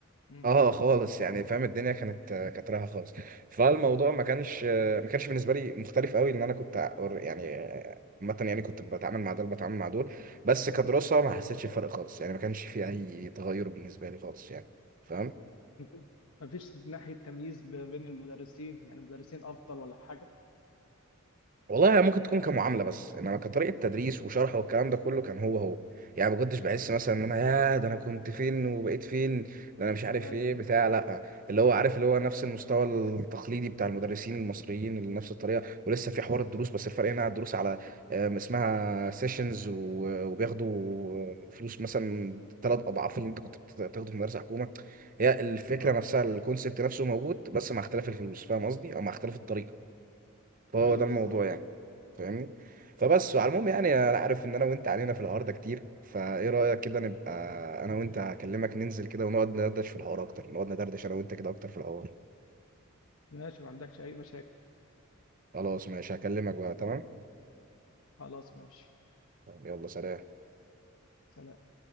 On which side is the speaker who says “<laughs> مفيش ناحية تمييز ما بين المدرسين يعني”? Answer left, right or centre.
Left